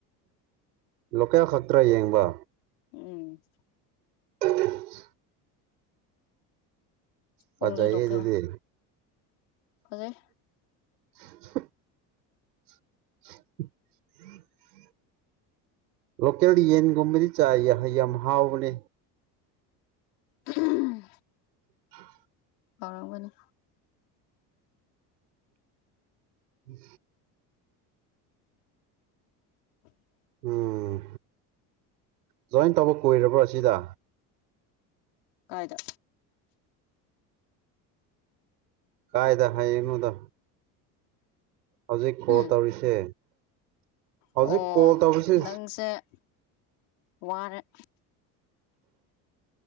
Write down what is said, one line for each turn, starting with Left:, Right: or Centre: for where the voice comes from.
Right: ꯂꯣꯀꯦꯜ ꯈꯛꯇ꯭ꯔꯥ ꯌꯦꯡꯕ
Left: ꯎꯝ
Right: <inaudible> ꯐꯖꯌꯦ
Left: ꯑꯣꯡꯂꯤ ꯂꯣꯀꯦꯜ
Right: ꯑꯗꯨꯗꯤ
Left: ꯐꯖꯩ
Right: <inaudible> <inaudible> ꯂꯣꯀꯦꯜ ꯌꯦꯟꯒꯨꯝꯕꯗꯤ ꯆꯥꯏ ꯌꯥꯝ ꯍꯥꯎꯕꯅꯤ
Left: ꯑꯍꯨꯡ
Right: <inaudible>
Left: ꯑꯥꯎꯔꯝꯒꯅꯤ
Right: ꯎꯝ
Left: <inaudible>
Right: ꯎꯝ ꯖꯣꯏꯟ ꯇꯧꯕ ꯀꯨꯏꯔꯕ꯭ꯔꯣ ꯑꯁꯤꯗ
Left: ꯀꯥꯏꯗ
Right: ꯀꯥꯏꯗ ꯍꯥꯏꯌꯦꯅꯨꯗ ꯍꯧꯖꯤꯛ
Left: ꯎꯝ
Right: ꯀꯣꯜ ꯇꯧꯔꯤꯁꯦ ꯍꯧꯖꯤꯛ
Left: ꯑꯣ
Right: ꯀꯣꯜ ꯇꯧꯔꯤꯁꯦ
Left: ꯅꯪꯁꯦ ꯋꯥꯔꯦ